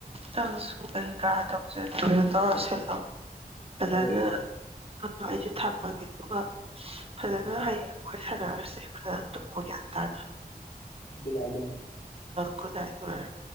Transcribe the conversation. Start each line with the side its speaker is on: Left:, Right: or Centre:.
Right: ꯅꯪꯁꯨ ꯑꯩ ꯀꯥ ꯇꯧꯁꯦ ꯇꯣꯏ ꯇꯧꯔ ꯁꯤꯜꯂꯣ ꯐꯖꯅꯥ
Left: ꯍꯣꯏ ꯏꯆꯦ
Right: ꯑꯗꯣ ꯑꯩꯁꯨ ꯊꯝꯃꯒꯦ ꯑꯗꯨꯒ ꯐꯖꯅ
Left: ꯍꯣꯏ ꯍꯣꯏ
Right: ꯍꯌꯦꯡ ꯋꯥꯔꯤ ꯁꯥꯟꯅꯔꯁꯦ ꯐꯖꯅ ꯇꯨꯝꯃꯣ ꯒ꯭ꯌꯥꯟ ꯇꯥꯅ
Left: good night
Right: good night good night